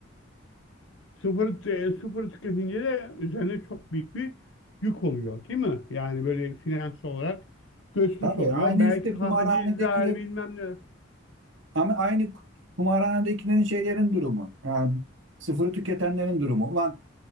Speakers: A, on the left; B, on the right.
A: Sıfır, e, sıfır tüketince de üzerine çok büyük bir yük oluyor, değil mi? Yani böyle finansal olarak göçmüş
B: Tabii
A: oluyor.
B: aynı
A: Belki
B: işte
A: ha-
B: kumarhanedekiler
A: hacizler bilmem ne.
B: ama aynı kumarhanedekilerin şeylerin durumu. Yani sıfırı tüketenlerin durumu. Ulan